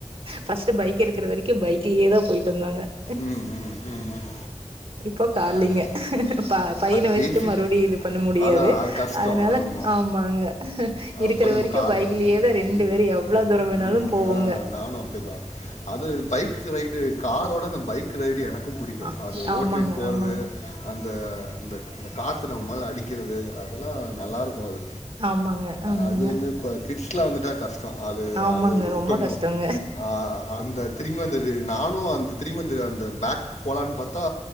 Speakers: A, on the right; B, on the left.
A: ஃபஸ்ட் பைக் எடுக்கிற வரைக்கும் பைக் யே தான் போயிட்டு இருந்தோங்க <inaudible>
B: ம் ம் ம் ம்
A: இப்போ கால்லிங்க
B: அது
A: பா பையனை
B: அது
A: வச்சுட்டு
B: பேசிக்
A: மறுபடியும் இது பண்ண முடியாது
B: அதான் அது கஷ்டம்
A: அதனால
B: அதும்மா
A: ஆமாங்க இருக்கிற
B: அப்போ நம்ம
A: வரைக்கும்
B: காரில்
A: பைக்லயேதான்
B: தான் போகணும்
A: ரெண்டு
B: ம்
A: பேரும் எவ்ளோ
B: ம்
A: தூரம்னாலும்
B: ம்
A: போவோங்க
B: ஆ நானும் அப்படிதான் அது பைக் ரைடு காரோட அந்த பைக் பைக் ரைட் னக்கும் பிடிக்கும்
A: ஆ.
B: அது
A: ஆமாங்க,
B: ஓட்டுட்டு போறது
A: ஆமாங்க.
B: அந் த அந்த காற்று நம்ம மேல அடிக்கிறது அதெல்லாம் நல்லாருக்கும் அது
A: ஆமாங்க, ஆமாங்க.
B: அது வந்து கிட்ஸ்லாம் வந்துட்டா கஷ்டம் அது
A: ஆமாங்க.
B: அது ஒரு விட்டுறனும்
A: ரொம்ப கஷ்டங்க.
B: அ அந்த திரும்பி வந்தது நானும் அந்த திரி மந்த் அந்த பேக்கு போகலான்னு பாத்தா